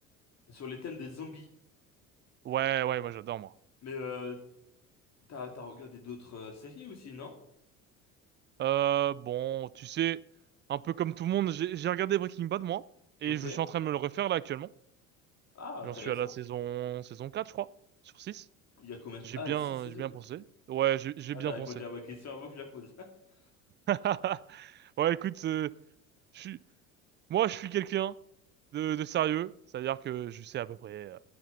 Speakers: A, on the left; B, on the right.
A: sur les thèmes des zombies.
B: Ouais, ouais, moi j'adore moi.
A: Mais euh, t'as, t'as regardé d'autres euh, séries aussi, non?
B: Euh, bon, tu sais, un peu comme tout le monde, j'ai j'ai regardé Breaking Bad moi et
A: Ok.
B: je suis en train de me le refaire là actuellement.
A: Ah,
B: J'en
A: intéressant.
B: suis à la saison saison 4 je crois, sur six
A: Il y a combien de...
B: J'ai
A: Ah,
B: bien
A: six saisons.
B: j'ai bien pensé.
A: Ok.
B: Ouais, j'ai j'ai
A: Ah,
B: bien
A: t'as répondu
B: pensé.
A: à ma question avant que je la pose. <laughs>
B: <laughs> Ouais, écoute, euh, je suis Moi, je suis quelqu'un de, de sérieux, c'est-à-dire que je sais à peu près euh,